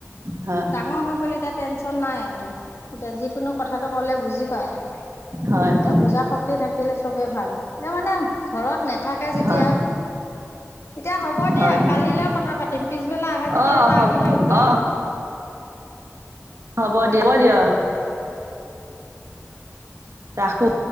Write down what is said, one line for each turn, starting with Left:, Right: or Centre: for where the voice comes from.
Right: হয়
Left: ডাঙৰ হৈ গ'ল এতিয়া টেনচন নাই আৰু। এতিয়া যিকোনো কথাটো ক'লে বুজি পায়।
Right: হয়
Left: এতিয়া
Right: হয়
Left: বুজা শক্তি থাকিলে চবে ভাল। এতিয়া মানে, ঘৰত নাথাকে যেতিয়া
Right: হয়
Left: এতিয়া হ'ব
Right: হয়
Left: দিয়া।
Right: হয় হয়
Left: কালিলৈ কথা পাতিম। পিছবেলা আহা যদি
Right: অ
Left: এবাৰ
Right: হ'ব
Left: আহিবা ওলাই।
Right: <unintelligible> হ'ব। দিব দিয়া। ৰাখো।